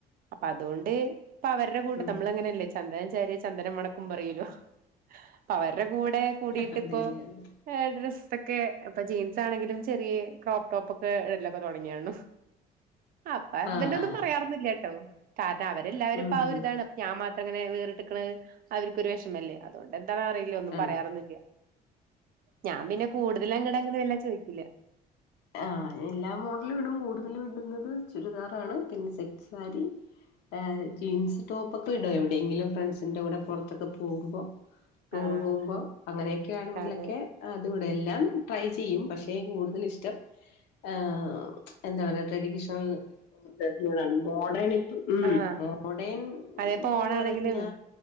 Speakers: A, on the right (about 60°); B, on the left (about 80°).
A: അപ്പൊ അതോണ്ട് അപ്പോ അവര്ടെ കൂടെ
B: ഉം
A: നമ്മളങ്ങനെയല്ലെ ച് ചന്ദനം ചാരിയാ ചന്ദനം മണക്കും പറയൂലോ പ്പോ അവ രുടെ കൂടെ കൂടിയിട്ടിപ്പോഎ
B: അതെ അതെ അതെ
A: ഡ്രസ്സൊക്കെ ഇപ്പൊ ജീൻസാണെങ്കിലും ചെറിയെ ക്രോപ് ടോപ്പൊക്കെ ഇടലൊക്കെ തൊട ടങ്ങിയണു അപ്പ ഹസ്ബന്റൊന്നും
B: ആഹ് ആഹ്
A: പറയാറൊന്നുല്ല്യട്ടോ താൽ അവരെല്ലാവും
B: ഉം
A: ഇപ്പ ആ
B: ഉം
A: ഒരിതാണ് പ്പ ഞാമാത്രം അങ്ങനെ വേറിട്ടിക്കണെ അവര്ക്കൊരു വെഷ്മവല്ലേ അതുകൊണ്ട് എ ന്താന്നറിയില്ല ഒന്നും
B: അതെ
A: പറയാറൊന്നുല്ല്യ ഞാൻ പിന്നെ കൂടുതല് അങ്ങട്ട് അങ്ങട്ട് വല്ലാതെ ചോയ്ക്കില്ല
B: ആ എല്ലാ മോഡലും ഇടും കൂടുതലിടുന്നത് ചുരിദാറാണ് പിന്നെ സെറ്റ് സാരി ഹേ ജീൻസ് ടോപ്പ് ഇപ്പ ഇടും എവിടെങ്കിലും ഫ്രണ്ട്സിന്റെ കൂടെ പോർത്തൊക്കെ പോവുമ്പം ടൂറ്
A: ആഹ്
B: പോവുമ്പോ അങ്ങനെക്കെ ആണെങ്കിലൊക്കെ
A: അതെ
B: അത് ഇ തെല്ലാം ട്രൈ ചെയ്യും പക്ഷേ കൂടുതലിഷ്ടം ആ എന്താ പറയാ ട്രഡീഷണൽ <unintelligible> <unintelligible> മോഡേണ് ഉം
A: ആഹ്
B: മോഡേൺ
A: അതെപ്പോ
B: എന്ന്
A: ഓണാണെങ്കിലും
B: പറഞ്ഞാ